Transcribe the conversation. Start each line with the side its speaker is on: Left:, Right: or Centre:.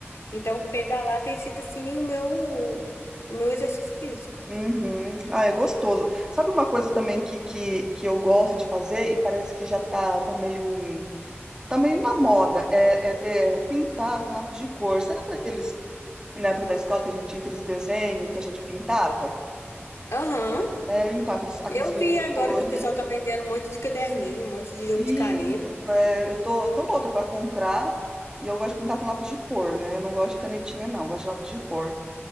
Left: Então, pedalar tem sido, assim, o meu, o meu exercício físico.
Right: uhum. Ah, é gostoso. Sabe uma coisa também que, que, que eu gosto de fazer e parece que já tá, tá meio em. Tá meio na moda, é, é de- é pintar com lápis de cor. Você lembra aqueles na época da escola que a gente tinha aqueles desenhos que a gente pintava.
Left: Aham.
Right: É, então, aqueles, aqueles
Left: Eu
Right: livros
Left: vi
Right: de
Left: agora
Right: colorir.
Left: que o pessoal tá vendendo um monte de caderninho, um monte de jogo
Right: E
Left: de caneta.
Right: é, eu tô, eu tô louca pra comprar. E eu gosto de pintar com lápis de cor, né? Eu não gosto de canetinha, não. eu Gosto de lápis de cor.